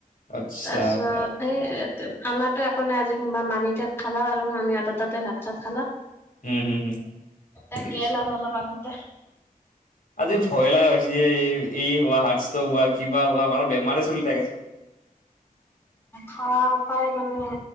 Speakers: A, on the left (about 65°); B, on the left (about 15°).
A: আচ্ছা
B: তাৰপিছত এই আমাৰোতো একো নাই আজি সোমবাৰ মামী তাত খালা আৰু মামী হেতঁৰ তাতে ভাত চাত খালা
A: উম হম হম বুজি
B: এ
A: পাইছো।
B: গেল আৰু অলপ আগতে
A: আজি ভয়ে লগা হৈছে এই এই হোৱা হাৰ্ট ষ্ট্ৰক হোৱা কিবা হোৱা মানে বেমাৰে চলি থাকে
B: সাৰ পাই মানে